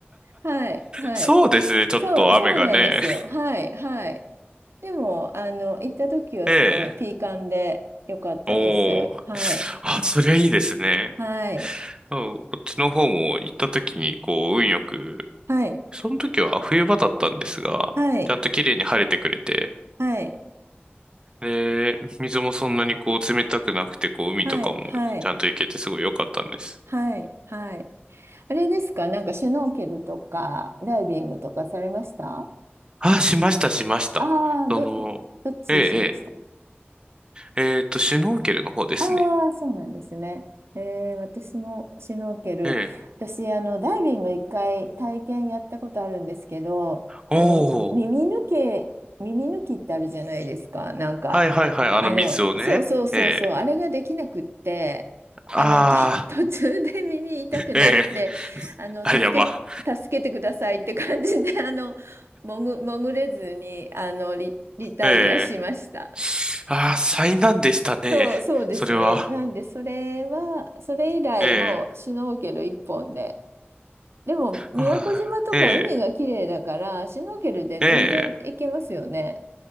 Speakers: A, on the right; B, on the right.
A: はい、はい。
B: そうですね、ちょっと雨がね。
A: そう、そうなんですよ。はい、はい。でも、あの、行った時はすごいピーカンで良かったです。
B: <laughs> ええ。おー。
A: はい、
B: あ、そりゃいいですね。
A: はい、
B: そうこっちの方も行った時にこう運よく、
A: はい、
B: その時は冬場だったんですが、
A: はい、
B: ちゃんと綺麗に晴れてくれて、
A: はい、
B: で、水もそんなにこう冷たくなくて、こう海とかもちゃんと行けてすごい良かったんです。
A: はい、はい、はい、はい。あれですか、なんかシュノーケルとかダイビングとかされましたあ
B: あ、しました、しました。
A: あー、
B: その、
A: ど、どっちしました
B: ええ、ええっと、シュノーケルの方ですね。
A: ああ、そうなんですね。えー、私もシュノーケル。
B: ええ。
A: 私、あの、ダイビング一回体験やったことあるんですけど、
B: おー。
A: あの、耳抜け、耳抜きってあるじゃないですか。なんか、
B: はいはいはい。あの水をね。
A: あの、そうそうそうそう、
B: ええ。
A: あれができなくって、あの、
B: ああ。
A: と、<laughs> 途中で耳痛くなって、
B: ええ。
A: あの、
B: あれやば。
A: 助け、助けてくださいって感じで、あの、潜、潜れずに、あの、リ、リタイアしました。
B: ええ。ああ、災難でしたね。
A: そう、そうですね。
B: それは。
A: なんで、それは、それ以来もうシュノーケル一本で。
B: ええ。
A: でも、宮古島とか海が綺麗だから、
B: ああ、ええ。
A: シュノーケルで全然行けますよね。
B: ええ。